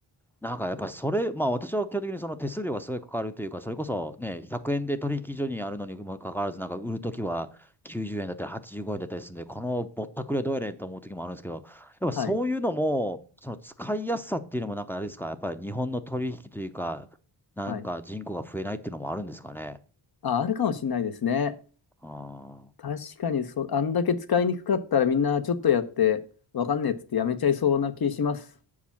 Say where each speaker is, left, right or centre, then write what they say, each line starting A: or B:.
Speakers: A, in the centre; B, on the left (about 50°).
A: なんかやっぱりそれ、まあ私は基本的にその手数料がすごいかかるというか、それこそね、100円で取引所にあるのにもかかわらず、なんか売るときは90円だったり85円だったりするんで、このぼったくりはどうやねんと思うときもあるんですけど、やっぱそういうのも、
B: はい。
A: その使いやすさっていうのもなんかあれですか、やっぱり日本の取引というか、なんか人口が増えないっていうのもあるんですかね。
B: はい。あ、あるかもしれないですね。
A: あー
B: 確かにそあんだけ使いにくかったらみんなちょっとやって、わかんねえっつってやめちゃいそうな気します。